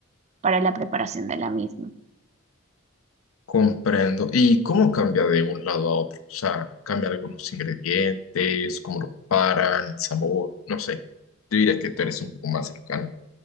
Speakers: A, on the right; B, on the left.
A: para la preparación de la misma.
B: Comprendo. ¿Y cómo cambia de un lado a otro? O sea, cambia algunos ingredientes, cómo lo preparan, el sabor, no sé. Yo diría que tú eres un poco más cercana